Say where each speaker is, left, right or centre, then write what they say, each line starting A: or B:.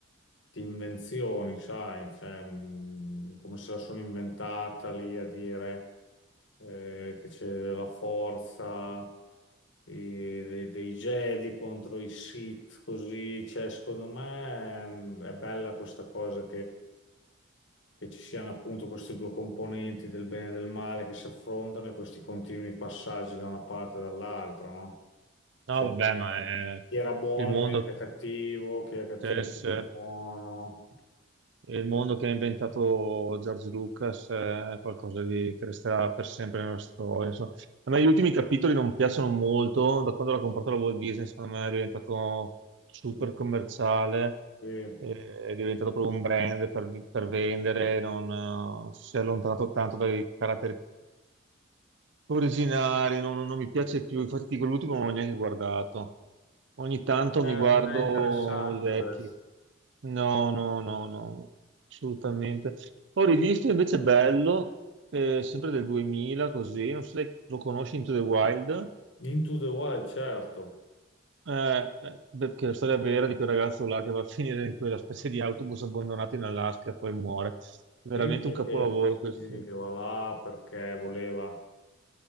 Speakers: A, on the left; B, on the right.
A: di invenzioni, sai, cioè, mh, come se la sono inventata lì a dire eh, che c'è la forza i- dei, dei Jedi contro i Sith, così, cioè, secondo me mh, è bella questa cosa che ci siano appunto queste due componenti del bene e del male che si affrontano e questi continui passaggi da una parte e dall'altra, no?
B: No,
A: Cioè,
B: vabbè, ma è
A: chi era buono
B: il mondo,
A: diventa cattivo, chi è cattivo
B: Tess,
A: diventa
B: è
A: buono.
B: il mondo che ha inventato George Lucas eh, è qualcosa di, che resterà per sempre nella storia. insomma. A me gli ultimi capitoli non piacciono molto. Da quando l'ha comprato la Walt Disney, secondo me è diventato super
A: Mm,
B: commerciale.
A: Sì.
B: eh, È diventato proprio un brand per, per vendere, non eh, si è allontanato tanto dai caratteri Originale, non, non mi piace più, infatti dico l'ultimo non l'ho neanche guardato. Ogni tanto
A: Non è,
B: mi guardo
A: non è interessante
B: i vecchi.
A: adesso.
B: No, no, no, no, no, assolutamente. Ho rivisto invece Bello, eh, sempre del 2000, così, non so se lo conosci, Into the Wild,
A: Into the Wild, certo.
B: eh, eh, beh, che è la storia vera di quel ragazzo là che va a finire in quella specie di autobus abbandonato in Alaska e poi muore. Veramente
A: Sì, che,
B: un capolavoro
A: che, che
B: quel
A: sì,
B: film.
A: che va là perché voleva.